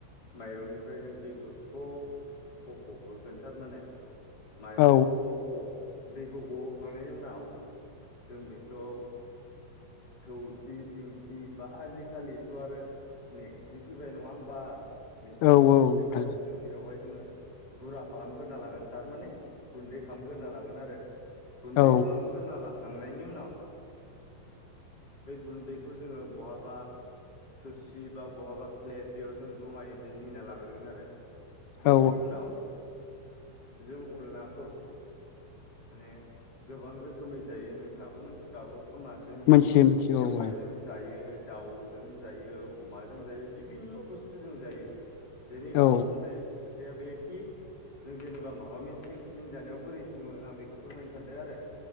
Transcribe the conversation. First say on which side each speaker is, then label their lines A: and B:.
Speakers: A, on the left; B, on the left.
A: माइरंनिफ्राय जों दैखौ स्रब गहोगोन थारमाने माइरंखौ
B: औ
A: स्रब ग दैखौ गहोखांनायनि उनाव जों बेखौ। थौसि दिंखि बा आजिखालिथ' आरो। मेक्सि फैबाय नङा होमबा मिक्सार
B: औ
A: मेसिन
B: नोंथां
A: फैबाय जों बेवहाय जोङो गुरा खालामग्रोना लागोन थारमाने गुन्दै खालामग्रोना लागोन आरो। गुन्दै
B: औ
A: खालामग्रोना लाखांनायनि उनाव बे गुन्दैखौ जोङो बहाबा थोरसि बा बहाबा प्लेट बेयाव जों जमायदेनहना लाग्रोगोन आरो बैनि
B: औ
A: उनाव जों अनलाखौ माने गोबां रोखोमै जायो नोंथाङाबो मोनथि फि जागौ खोमा जोंनियाव
B: मोनथियो मिथियो
A: मेवाइजों
B: औ
A: जायो। दाउजों जायो अमाजों जायो बिभिन्न' बुस्थुजों जायो। जेनेबा
B: औ
A: आं बुंनाय खोथाया बेखि जों जेनेबा माबा मोनसे ओंख्रि जानायाव बोरै सङो आं बेखौ फोरमायनो सानदों आरो।